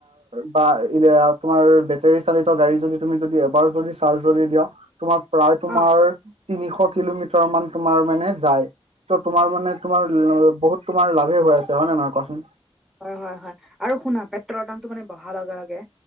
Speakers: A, on the right; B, in the centre.
A: বা তোমাৰ বেটেৰী চালিত গাড়ী যদি- তুমি যদি এবাৰ যদি চাৰ্জ যদি দিয়া তোমাৰ প্ৰায় তোমাৰ-
B: অ
A: তিনিশ কিলোমিটাৰ মান তোমাৰ মানে যায়। ত তোমাৰ মানে তোমাৰ বহুত তোমাৰ লাভে হৈ আছে হয় নে নহয় কোৱাচোন?
B: হয় হয় হয়, আৰু শুনা পেট্ৰলৰ দামটো মানে বহা লগে লগে